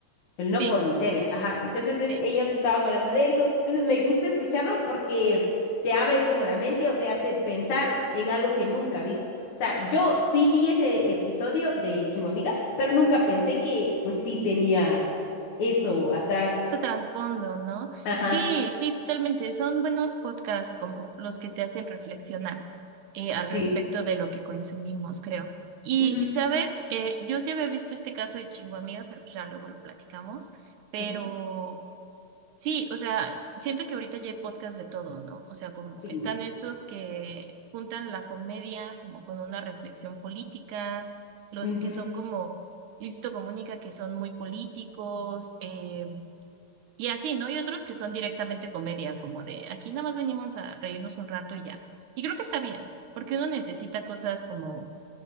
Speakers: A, on the left; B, on the right.
A: El no
B: Sí,
A: por miseria, ajá. Entonces es-
B: sí.
A: ellos estaban hablando de eso. Entonces me gusta escucharlo porque te abre como la mente o te hace pensar en algo que nunca viste. O sea, yo sí vi ese episodio de chingo amiga pero nunca pensé que pues sí tenía eso atrás.
B: de trasfondo, ¿no?
A: Ajá,
B: Sí, sí, totalmente. Son buenos podcasts como los que te hacen reflexionar eh, al respecto
A: sí.
B: de lo que consumimos, creo. Y,
A: ujú,
B: y, sabes, eh, yo sí había visto este caso de Chinguamiga, pero pues ya luego lo platicamos. Pero
A: ujú,
B: sí, o sea, siento que ahorita ya hay podcasts de todo, ¿no? O sea, como
A: Sí.
B: están estos que juntan la comedia como con una reflexión política, los
A: ujú,
B: que son como Luisito Comunica, que son muy políticos. eh, y así, ¿no? Y otros que son directamente comedia, como de aquí nada más venimos a reírnos un rato y ya. Y creo que está bien, porque uno necesita cosas como